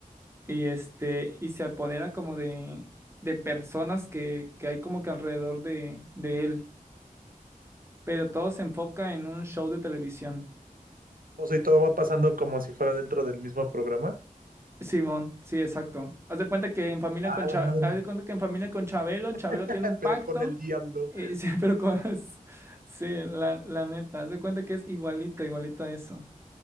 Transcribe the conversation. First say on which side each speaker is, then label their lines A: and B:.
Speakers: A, on the right (about 20°); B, on the right (about 85°).
A: Y este, y se apodera como de, de personas que, que hay como que alrededor de, de él. Pero todo se enfoca en un show de televisión.
B: O sea, y todo va pasando como si fuera dentro del mismo programa.
A: Simón, sí, exacto. Haz de cuenta que en familia
B: Ah,
A: con Cha-
B: la madre.
A: haz de cuenta que en familia con Chabelo, Chabelo
B: <laughs>
A: tiene un pacto.
B: Pero con el diablo.
A: eh, sí, <laughs> pero con <laughs> sí, la, la neta, haz de cuenta que es igualito, igualito a eso.